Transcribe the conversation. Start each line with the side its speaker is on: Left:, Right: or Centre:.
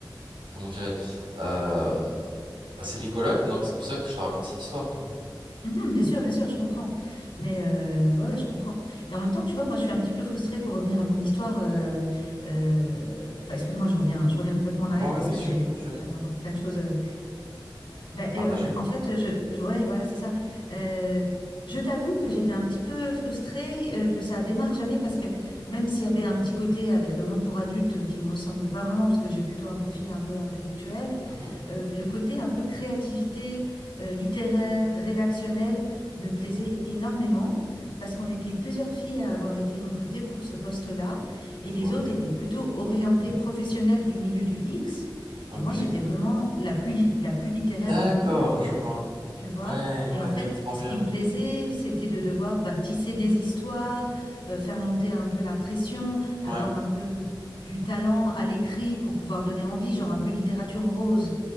Right: comment dirais-je, euh, assez rigolote. Donc c'est pour ça que je te raconte cette histoire, quoi.
Left: Mhm, bien sûr, bien sûr, je comprends. Mais euh, ouais, ouais, je comprends. Et en même temps, tu vois, moi, je suis un petit peu frustrée pour revenir à mon histoire. euh, euh, Enfin, excuse-moi, je reviens, je reviens complètement en
Right: Bon,
Left: arrière
Right: ouais,
Left: parce
Right: bien
Left: que
Right: sûr,
Left: j'ai,
Right: bien sûr.
Left: j'avais encore plein de choses. Euh, bah,
Right: À partager?
Left: euh, en fait, je, je- ouais, voilà, c'est ça. Euh, je t'avoue que j'étais un petit peu frustrée euh, que ça démarre jamais parce que même s'il y avait un petit côté avec le monde pour adultes euh, qui me ressemble pas vraiment parce que j'ai plutôt un profil un peu intellectuel,
Right: Mhm.
Left: euh, le côté un peu créativité euh, littéraire, rédactionnel me plaisait énormément parce qu'on était plusieurs filles à avoir été recrutées pour ce poste-là et les
Right: Ok,
Left: autres étaient plutôt orientées professionnelles du milieu du X.
Right: ok.
Left: Et moi, j'étais vraiment la plus, la plus littéraire
Right: D'accord,
Left: du groupe,
Right: je vois.
Left: tu vois.
Right: Ouais, ouais,
Left: Et en fait,
Right: je comprends mieux.
Left: ce qui me plaisait, c'était de devoir bah, tisser des histoires, euh, faire monter un peu la pression,
Right: Ouais,
Left: avoir un peu du talent à l'écrit pour pouvoir donner envie, genre un peu littérature rose.